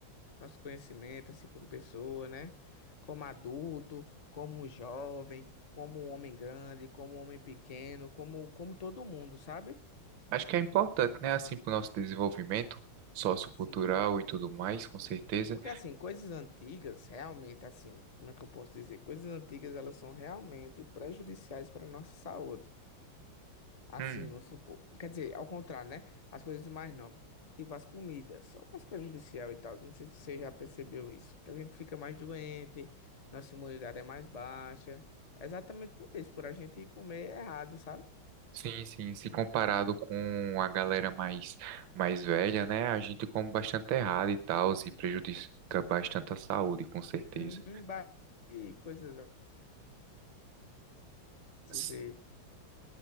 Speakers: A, on the left (about 40°); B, on the right (about 75°).
A: nosso conhecimento, assim, como pessoa, né? Como adulto, como jovem, como homem grande, como homem pequeno, como como todo mundo, sabe?
B: Acho que é importante, né? Assim, para o nosso desenvolvimento sociocultural
A: Sim,
B: e tudo mais,
A: sim.
B: com certeza.
A: Porque assim, coisas antigas, realmente assim, como é que eu posso dizer? Coisas antigas, elas são realmente prejudiciais para a nossa saúde. Assim,
B: Hum,
A: vamos supor. Quer dizer, ao contrário, né? As coisas mais novas. Tipo, as comidas são mais prejudicial e tal. Não sei se você já percebeu isso. Que a gente fica mais doente, nossa imunidade é mais baixa. É Exatamente por isso, por a gente comer errado, sabe?
B: sim, sim. Se comparado com a galera mais, mais velha, né? A gente come bastante errado e tal, e prejudica bastante a saúde, com certeza.
A: Uhum, ba- e coisas. doces
B: S-
A: e-